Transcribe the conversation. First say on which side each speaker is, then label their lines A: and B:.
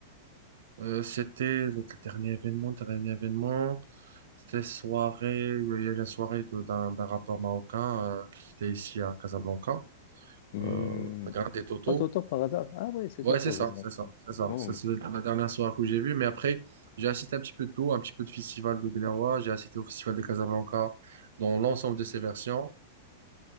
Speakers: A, on the right; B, on the left.
A: Euh, c'était le dernier événement, dernier événement. C'était soirée, il y avait une soirée de- d'un d'un rappeur marocain euh, qui était ici à Casablanca,
B: Hmm,
A: euh, à Grand et Toto.
B: C'est pas Toto par hasard? Ah ouais, c'est
A: Ouais,
B: Toto,
A: c'est ça,
B: voilà.
A: c'est ça, c'est
B: Franchement,
A: ça. Ça,
B: oui.
A: c'est la dernière soirée que j'ai vue. Mais après, j'ai assisté un petit peu de tout, un petit peu de festival de Gnawa. J'ai assisté au festival de Casablanca dans l'ensemble de ses versions.